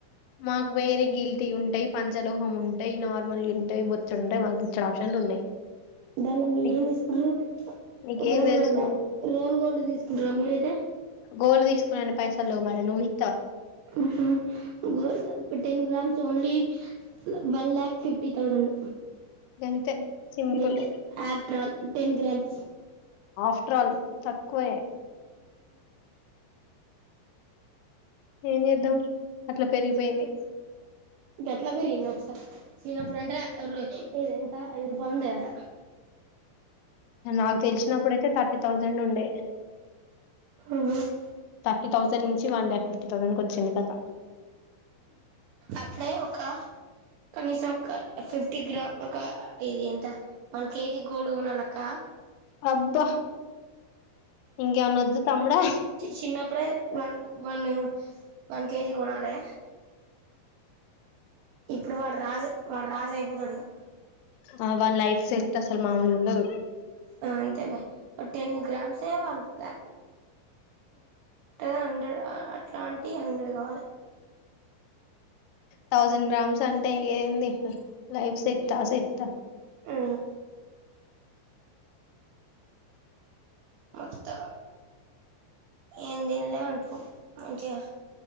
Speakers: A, on the left; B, on the right.
A: మాకు వేరే గీల్టీ ఉంటాయి పంచలోహం ఉంటాయి నార్మల్ ఉంటాయి బొచ్చడు ఉంటాయి మాకు బొచ్చడు ఆప్షన్లు ఉన్నాయి
B: దాన్లో మీరు
A: నీకు
B: ఎం ఎస్కుర్రు
A: నీకేం
B: రోల్
A: తెలుసు
B: గోల్డ్ రోల్ గోల్డ్ తీసుకుంటారా మీరైతే
A: గోల్డ్ తీసుకునే అన్ని పైసలు లెవ్ మరి నువ్ ఈ
B: ఉహు gold ten grams only one lakh fifty thousand
A: గంతే సింపుల్
B: గంతే after all ten grams
A: after all తక్కువే ఏం చేద్దాం అట్లా పెరిగిపోయింది
B: గట్ల పెరిగిన్న ఒకసారి చిన్నప్పుడు అంటే రోయ్ ఎంత ఐదు రూపాయలుండెదంట
A: నాకు తెలిసినప్పుడుయితే థర్టీ థౌజండ్ ఉండే
B: ఆహా
A: థర్టీ థౌసండ్ నుంచి వన్ ల్యాక్ ఫిఫ్టీ థౌజండ్కి వచ్చింది కథ
B: అప్పుడే ఒక కనీసం ఒక ఫిఫ్టీ గ్రామ్ ఒక ఇది ఎంత వన్ కేజీ గోల్డ్ కోనాలక్క
A: అబ్బా ఇంకేమనొద్దు తమ్ముడా
B: చిన్నప్పుడే వన్ వన్ వన్ కేజీ కోనాలే ఇప్పుడు వాడు రాజు వాడు రాజు అయిపోతాడు ఇక
A: ఆ వన్ లైఫ్ సెట్ అసలు మామూలుగా ఉండదు
B: ఆ అంతేలే టెన్ గ్రామ్స్ ఏమో వన్ లాక్ అ హండ్రెడ్ అట్లాంటి హండ్రెడ్ కావాలి
A: థౌజండ్ గ్రామ్స్ అంటే ఏంది లైఫ్ సెట్ సెత్త
B: ఆ మత్త ఏం తిన్లే అంటూ మంచిగా